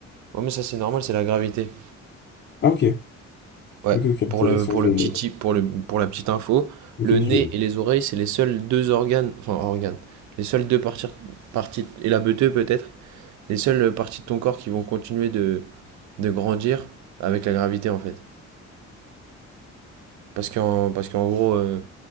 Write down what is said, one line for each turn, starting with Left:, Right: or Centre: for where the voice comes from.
Right: Ouais, mais ça, c'est normal, c'est la gravité.
Left: Ah, ok.
Right: Ouais,
Left: Ok, ok, intéressant,
Right: pour le, pour
Left: je
Right: le petit
Left: le note.
Right: tip, pour le, pour la petite info,
Left: Ok,
Right: le nez
Left: je le note.
Right: et les oreilles, c'est les seuls deux organes, enfin organes, les seules deux parties, parties et la beuteux peut-être, les seules parties de ton corps qui vont continuer de, de grandir avec la gravité en fait. Parce qu'en, parce qu'en gros, euh,